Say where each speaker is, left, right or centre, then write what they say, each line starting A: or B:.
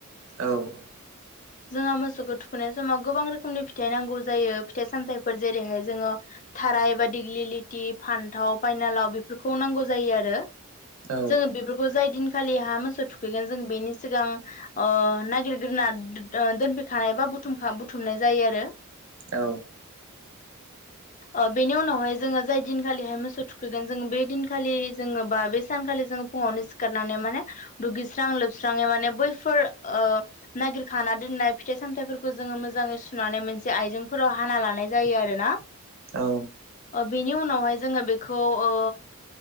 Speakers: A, on the right; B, on the left.
A: औ।
B: जोंहा मोसौखौ थुखैनाय समाव गोबां रोखोमनि फिथाइ नांगौ जायो फिथाइ सामथायफोर जेरैहाय जोङो थाराय बा दिग्लिलिथि फान्थाव बायनालाव बेफोरखौ नांगौ जायो आरो।
A: औ।
B: जोङो बेफोरखौ जाय दिनखालि हा मोसौ थुखैगोन जों बेनि सिगां ओ नागिरग्रोना दो-दोन ग्रोखानाय बा बुथुमखा बुथुमनाय जायो आरो।
A: औ।
B: ओ बेनि उनावहाय जोङो जाय दिनखालिहाय मोसौ थुखैगोन जोङो बे दिनखालि जोङो बा बे सानखालि जोङो फुङावनो सिखारनानै माने दुगैस्रां लोबस्राङै माने बैफोर ओ नागिरखाना दोन नाय फिथाइ सामथाइफोरखौ जोङो मोजाङै सुनानै मोनसे आइजेंफोराव हाना लानाय जायो आरो ना।
A: औ
B: बिनि उनावहाय जोङो बेखौ ओ